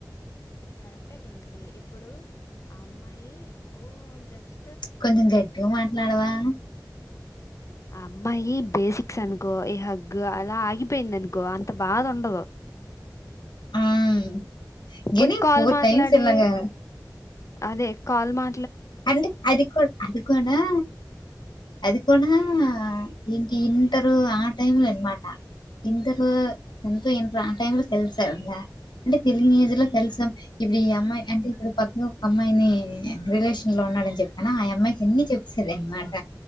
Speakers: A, on the left; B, on the left.
A: కరెక్టే తులసి ఇప్పుడు ఆ అమ్మాయి ఓ జస్
B: కొంచెం గట్టిగా మాట్లాడవా
A: అమ్మాయి బేసిక్స్ అనుకో ఈ హగ్గు అలా ఆగిపోయింది అనుకో అంత బాధ ఉండదు
B: అమ్
A: పోనీ
B: ఎని
A: కాల్
B: ఫోర్
A: మాట్లాడి
B: టైమ్స్ ఎల్లగా
A: అదే కాల్ మా
B: అంటే అదికో అది కోడా అది కూడా ఏంటి ఇంటరు ఆ టైమ్ లో అనమాట ఇంటరు ఎంతో ఇంట ఆ టైం లో తెలిసెంద అంటే తెలి ఈ ఏజ్ లో కలిసాం ఇప్పుడు ఈ అమ్మాయి అంటే ఇప్పుడు పక్క ఒక అమ్మాయిని రిలేషన్ లో ఉన్నాడని చెప్పాన ఆ అమ్మాయికి ఎన్ని చెప్పసార్ అనమాట